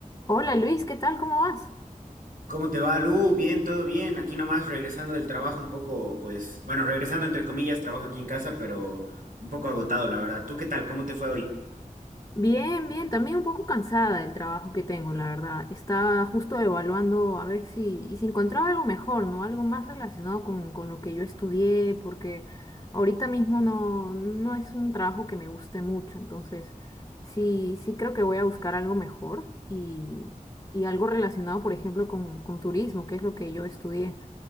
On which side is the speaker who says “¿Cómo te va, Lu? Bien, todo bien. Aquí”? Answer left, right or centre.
Right